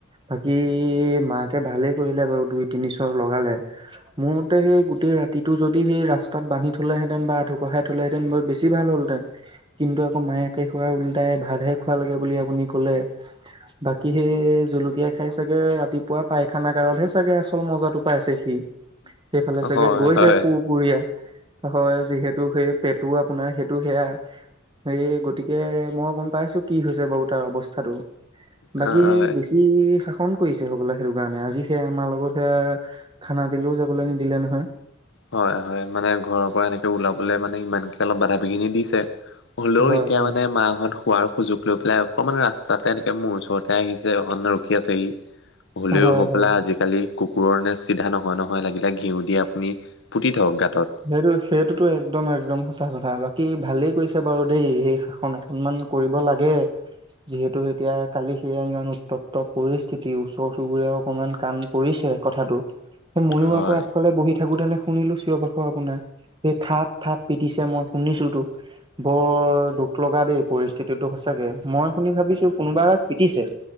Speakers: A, on the right; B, on the left.
A: বাকী মাকে ভালেই কৰিলে বাৰু দুই, তিনি চৰ লগালে। মোৰ মতে সেই গোটেই ৰাতিটো যদি সেই ৰাস্তাত বান্ধি থ'লেহেতেন বা আঠুকঢ়াই থ'লেহেতেন মই বেছি বেছি ভাল হ'লহেতেন। কিন্তু আকৌ মায়েকে পুৰা উল্টাই ভাতহে খুৱালেগে বুলি আপুনি ক'লে। বাকী সেই জলকীয়া খাই চাগে ৰাতিপুৱা পায়খানাগাৰতহে চাগে আচল মজাটো পাইছে সি। সেইফালে চাগে
B: হয়
A: গৈছে
B: হয়
A: পোহপুৰীয়া, হয় যিহেতু সেই পেট টো আপোনাৰ সেইটো সেয়া। সেই গতিকে মই গম পাইছো কি হৈছে বাৰু তাৰ অৱস্থা। টো বাকী
B: হয়
A: সে বিছ আজি শাসন কৰিছে হবলা। সেইটো কাৰণে আজি সেয়া আমাৰ লগৰ সেইয়া খানা দিলেও যাবলৈ নিদিলে নহয়।
B: হয়, হয় মানে ঘৰৰ পৰা এনেকে ওলাবলৈ মানে ইমানকে অলপ বাধা বিঘিনি দিছে। হ'লেও
A: হয়
B: এতিয়া
A: হয়
B: মানে মাহঁত শোৱাৰ সুযোগ লৈ পেলাই অকমান ৰাস্তাতে এনেকে মোৰ ওচৰতে আহিছে, অকণ ৰখি আছেহি। হ'লেও
A: হয়
B: হ'বলা
A: হয়
B: আজি-কালি কুকুৰৰ নে চিধা নহয় নহয়। লাগিলে ঘিউ দি আপুনি পুতি থওক গাঁতত।
A: সেইটো সেইটোতো একদম একদম সঁচা কথা। বাকী ভালেই কৰিছে বাৰু দেই সেই শাসন অকণমান কৰিব লাগে। যিহেতু এতিয়া কালি সেয়া ইমান উত্তপ্ত পৰিস্থিতি। ওচৰ-চুবুৰীয়াও অকমান কাণ কৰিছে কথাটো। সেই ময়ো
B: হয়
A: আকৌ আগফালে বহি থাকোতে নে শুনিলো চিঞৰ-বাখৰ। আকৌ আপোনাৰ সেই থাপ থাপ পিটিছে মই শুনিছোটো। বৰ দুখ লগা দেই পৰিস্থিতিটো সঁচাকে। মই শুনি ভাবিছো কোনোবা এটাক পিটিছে।